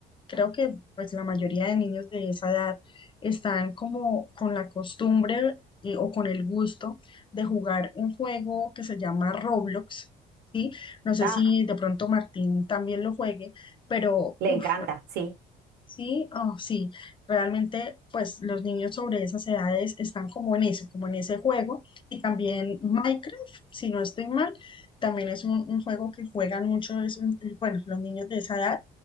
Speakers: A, on the left; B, on the right.
A: creo que pues la mayoría de niños de esa edad están como con la costumbre eh, o con el gusto de jugar un juego que se llama Roblox. ¿sí? No sé
B: Ah,
A: si de pronto Martín también lo juegue, pero
B: Le
A: uff,
B: encanta, sí.
A: sí, oh, sí, realmente pues los niños sobre esas edades están como en eso, como en ese juego. Y también Minecraft, si no estoy mal, también es un, un juego que juegan mucho, es un- bueno, los niños de esa edad.